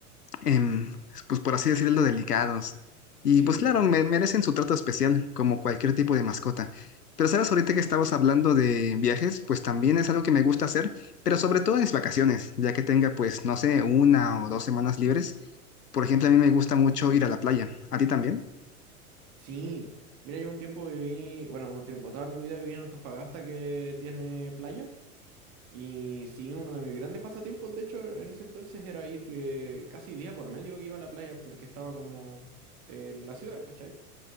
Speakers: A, on the left; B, on the right.
A: em, pues por así decirlo, delicados.
B: Sí,
A: Y pues claro, me- merecen su trato especial, como cualquier tipo de mascota. Pero sabes, ahorita que
B: sí,
A: estabas hablando de viajes, pues también es algo que me gusta hacer, pero sobre todo en mis vacaciones, ya que tenga pues, no sé, una o dos semanas libres. Por ejemplo, a mí me gusta mucho ir a la playa. ¿A ti también?
B: sí. Mira, yo un tiempo viví, bueno, un tiempo, toda mi vida viví en Antofagasta que tiene playa. Y sí, uno de mis grandes pasatiempos, de hecho, en ese entonces era ir eh, casi día por medio iba a la playa porque estaba como en la ciudad, ¿cachai?